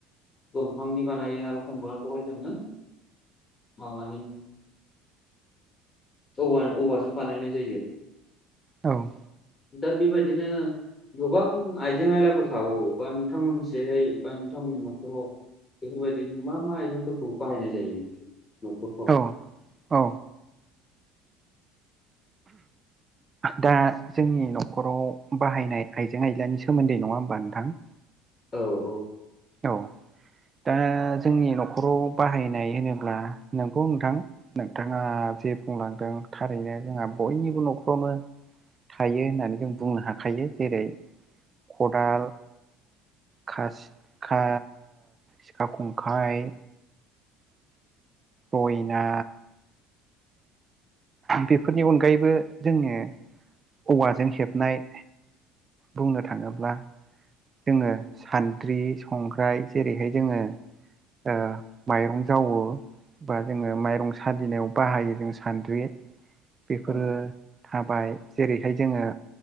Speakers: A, on the left (about 30°); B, on the right (about 30°).
A: दंफांनि बानायो आरो एखमबा गयजोंनो माबानि औ औवाजों बानायनाय जायो
B: औ
A: दा बेबायदिनो गोबां आइजें आयलाफोर थागो बा नोंथांमोनसेहाय बा नोंथांमोननि म बेफोरबायदिनो मा मा मैगंफोरखौ बाहायनाय जायो आरोखि न'खरफ्राव
B: औ औ दा जोंनि न'खराव बाहायनाय आइजें आयलानि सोमोन्दै नङा होमबा नोंथां
A: औ औ
B: औ दा जोंनि न'खराव बाहायनाय होनोब्ला नोंगौ नोंथां नोंथाङा जे बुंलांदों थारैनो जोंहा बयनिबो न'खरावनो थायो होननानै जों बुंनो हाखायो जेरै खदाल खासि सिखा खंखाइ रयना बेफोरनि अनगायैबो जोङो औवाजों हेबनाय बुंनो थाङोब्ला जोङो सान्द्रि संग्राय जेरैहाय जोङो ओ माइरं जावो बा जोङो माइरं सालिनायाव बाहायो जों सान्द्रि बेफोरो
A: औ
B: थाबाय जेरैहाय जोङो